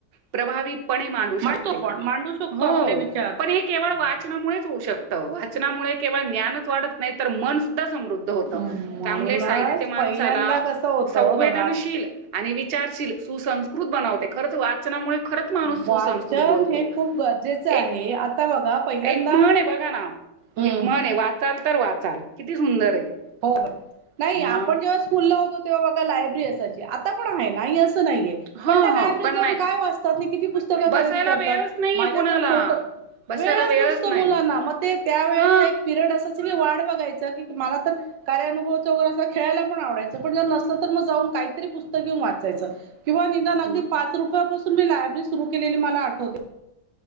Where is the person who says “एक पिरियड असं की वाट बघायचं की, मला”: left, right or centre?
Right